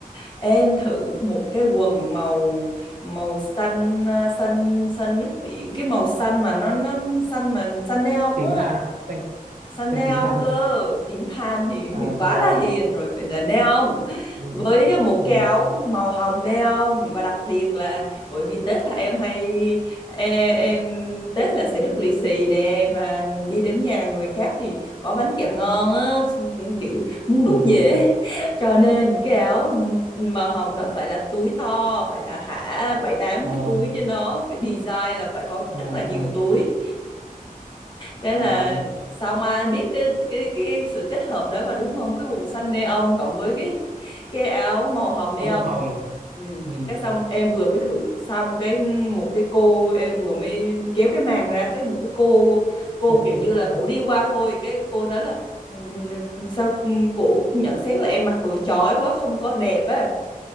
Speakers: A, on the left; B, on the right.
A: em thử một cái quần màu màu xanh à, xanh xanh nước biển cái màu xanh mà nó nó xanh mà xanh neon
B: Tím than,
A: á
B: xanh,
A: săn
B: xanh
A: neon
B: tím than
A: cơ
B: cho mẹ đi,
A: tính than thì
B: à,
A: thì
B: cho
A: quá
B: mẹ
A: là
B: ông,
A: hiền rồi phải là neon
B: ừ,
A: với một
B: ừ,
A: cái áo màu hồng neon và đặc biệt là bởi vì Tết là em hay em, em Tết là sẽ được lì xì nè và đi đến nhà người khác thì có bánh kẹo ngon á kiểu muốn
B: ừ,
A: đút dễ <laughs> cho nên cái áo màu hồng đó phải là túi to phải là hả bảy tám
B: à,
A: cái túi trên nó phải design là phải có
B: à,
A: rất
B: à,
A: là nhiều túi cái
B: à,
A: là xong ai biết cái cái cái sự kết hợp đó mà đúng không cái quần xanh neon cộng với cái cái áo màu hồng
B: áo
A: neon
B: màu hồng,
A: ừ.
B: ừ.
A: cái xong em vừa mới thử xong cái một cái cô em vừa mới kéo cái màn ra cái một cái cô cô
B: <laughs>
A: kiểu như là cổ đi qua thôi cái cô đó là "Ừ, sao cổ nhận xét là em mặc đồ chói quá không có đẹp á